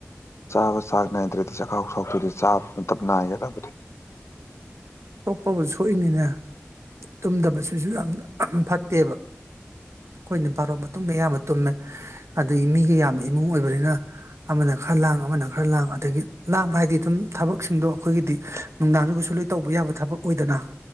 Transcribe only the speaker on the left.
ꯆꯥꯕ ꯆꯥꯡ ꯅꯥꯏꯗ꯭ꯔꯗꯤ ꯆꯥꯛꯈꯥꯎ ꯁꯣꯛꯇꯣꯏꯅꯤ ꯆꯥꯕ ꯃꯇꯝ ꯅꯥꯏꯒꯗꯕꯗꯤ